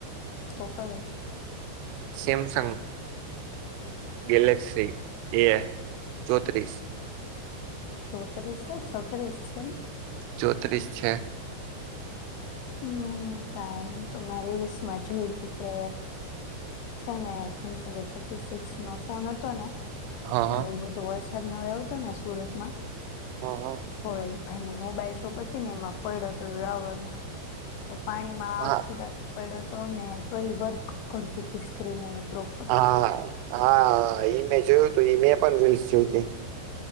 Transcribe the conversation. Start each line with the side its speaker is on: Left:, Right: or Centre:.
Left: તો કયુંછે
Right: સેમસંગ ગેલેક્સી એ ચોત્રીસ
Left: ચોત્રીસ છે, છત્રીસ છે ન
Right: ચોત્રીસ છે.
Left: હમ્મ, કાંઈ ની તો મેં રીલ્સ માં જોયુ તું કે છે ને, શું છે કે થર્ટી-સિક્સનો ફોન હતો ને,
Right: હ હ
Left: એ બ તો વરસાદ નો આયો તો ને સુરતમાં
Right: હ હ
Left: હોય ભાઈની મોબાઈલ શોપ હતી ને, એમાં પડ્યો હતો રાવરમાં તો પાણીમાં
Right: હા
Left: આખી રા પયડો તો ને તો એ વર્ક કરતી તી સ્ક્રીન એની પ્રોપર
Right: હા, હા ઈમેં જોયું તું એ મેં પણ જોયું ઈ મેં પણ રીલ્સ જોઈ તી